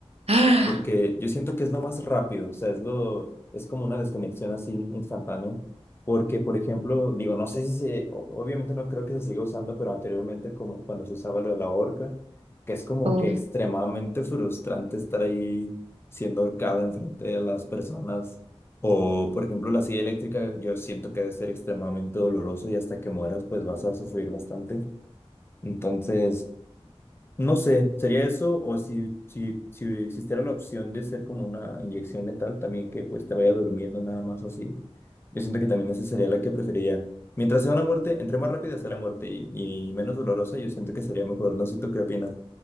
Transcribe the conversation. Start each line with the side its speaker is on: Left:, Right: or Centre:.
Right: <gasps> Ah,
Left: porque yo siento que es lo más rápido, o sea, es lo, es como una desconexión así instantánea, porque, por ejemplo, digo, no sé si se, o- obviamente no creo que se siga usando, pero anteriormente como cuando se usaba lo de la horca, que es como
Right: uf,
Left: que extremadamente frustrante estar ahí siendo ahorcado enfrente de las personas, o, por ejemplo, la silla eléctrica, yo siento que debe ser extremadamente doloroso y hasta que mueras, pues vas a sufrir bastante. Entonces... No sé, sería eso, o si, si, si existiera la opción de ser como una inyección letal, también que pues te vaya durmiendo nada más así. Yo siento que también esa sería la que preferiría. Mientras sea una muerte, entre más rápida sea la muerte y, y menos dolorosa, yo siento que sería mejor. No sé tú qué opinas.